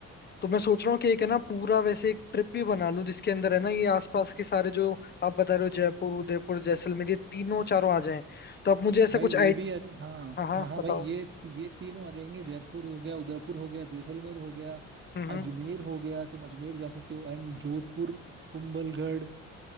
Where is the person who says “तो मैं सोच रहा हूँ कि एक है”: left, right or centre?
Left